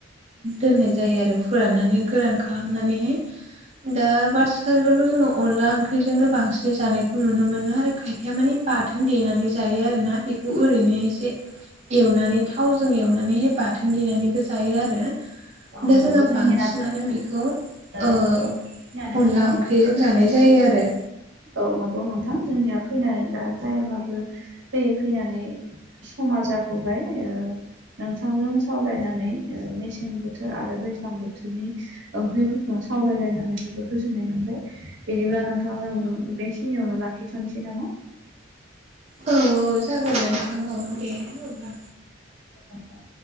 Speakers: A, on the right (about 35°); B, on the right (about 70°).
A: दोननाय जायो आरो फोराननानै गोरान खालामनानैहाय दा बथि खाालफोरखौ जोङो अनला ओंख्रिजोंनो बांसिनै जानायखौ नुनो मोनो आरो खायफाया माने बाथोन देनानै जायो आरो ना बेखौ ओरैनो एसे एवनानै थावजों एवनानैहाय बाथोन देनानैबो जायो आरो
B: औ
A: दा
B: नंगौ
A: जोंङो
B: जोंनिया
A: बांसिनानो बेखौ
B: फैनानै
A: अनला
B: नोंथां
A: ओंख्रि ख्रिजों जानाय जायो आरो
B: औ नंगौ नोंथां जोंनिया फैनानै टाइमाबो फैयै फैनानै समा जाबोबाय ओ नोंथांजों सावरायनानै मेसें बोथोर आरो दै्लां बोथोरनि ओंख्रिफोरखौ सावरायलायनानै जोबोर गोजोननाय मोनबाय बिदिब्ला नोंथां जोंनि बेखिनियावनो लाखिथ'नोसै नामा
A: औ औ जागोन नोंथां औ दे अब्ला
B: नोंथां